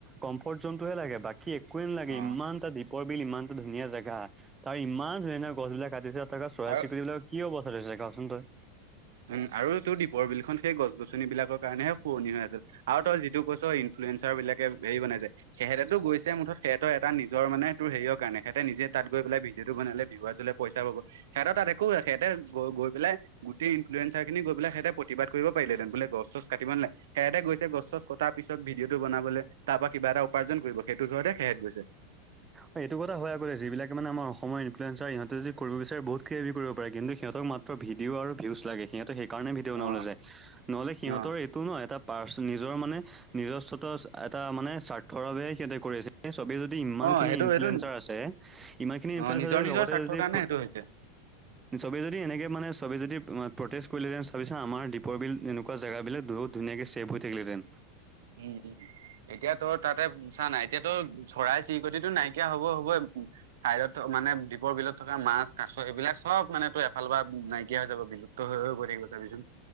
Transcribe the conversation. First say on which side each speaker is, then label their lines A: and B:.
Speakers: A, on the right (about 20°); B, on the right (about 70°).
A: কম্ফৰ্ট জোনটোহে লাগে বাকী একোৱে নালাগে।
B: অ
A: ইমান এটা দ্বীপৰ বিল ইমান এটা ধুনীয়া জেগা। তাৰ ইমান ধুনিয়া ধুনিয়া গছ বিলাক কাটিছে ত চৰাই
B: আৰু
A: চিৰিকতি বিলাক কি অৱস্থা হৈছে কচোন তই।
B: উম আৰু তোৰ দ্বীপৰ বিলখন সেই গছ গছন বিলাকৰ কাৰণেহে শুৱনি হৈ আছিল আৰু তই যিটো কৈছ। ৱেঞ্চাৰ বিলাকে হেৰি বনাইছে সেহতেতো গৈছে মুঠতে সেহতৰ এটা নিজৰ মানে তোৰ হেৰিৰ কাৰণে সহেতে নিজে ত তাত গৈ পেলাই ভিডিঅ'টো বনালে ভিৱাছ হলে পইচা পাব সিহঁত তাত একো সিহঁতে গৈ পেলাই সেই ইনফ্লুৱেঞ্চাৰ খিনি গৈ পেলাই হেতে প্ৰতিবাদ কৰিব পাৰিলে হেতেন বোলে গছ চছ কাটিব নালাগে সিহঁতে গৈছে গছ চছ কটাৰ পিছত ভিডিঅ' টো বনাবলৈ তাৰ পৰা কিবা এটা উপাৰ্জন কৰিব সেইটো জহতে সেহেত গৈছে
A: অ <inaudible> এইটো কথা হয় আগ যিবিলাকে মানে আমাৰ অসমৰ ইনফ্লুৱেঞ্জাৰ ইহঁতে যদি কৰিব বিচাৰে বহুত হেৰি কৰিব পাৰে কিন্তু সিহঁতক মাত ভিডিঅ আৰু ভিউছ লাগে সিহঁতে সেই কাৰণে ভিডিঅ' বনাবলে
B: অ',
A: যায় নহলে সিহঁতৰ
B: অ',
A: এটো নো এটা পাৰ্চ নিজৰ মানে নিজস্বত এটা মানে স্বাৰ্থৰ বাবে সিহঁতে কৰি আছে সেই চবেই যদি ইমান
B: অ',
A: খিনি
B: সেইটো
A: ইনফ্লেঞ্চাৰ
B: সেইটো
A: আছে ইমান খিনি ইনফ্লেঞ্চাৰ
B: অ' নিজৰ নিজৰ
A: লগতে
B: স্বাৰ্থৰ
A: যদি
B: কাৰণে সেইটো হৈছে।
A: চবে যদি এনেকে মানে চবে যদি কৰিলেঁতেন চাবিচোন আমাৰ দীপৰ বিল এনেকুৱা জেগাব বিলাক বহুত ধুনীয়াকে ছেভ হৈ থাকিলহঁতেন।
B: উম, উম এতিয়া তোৰ তাতেছা নাই এতিয়া তো চৰাই চিৰিকটিটো নাইকিয়া হব হ'বই। চাইডত থ মানে দ্বীপৰ বিলত থকা মাছ, কাছ এইবিলাক চব মানে তো এফালৰ পৰা নাইকিয়া হৈ যাব। বিলুপ্ত হৈ হৈ গৈ থাকিব চাবিচোন।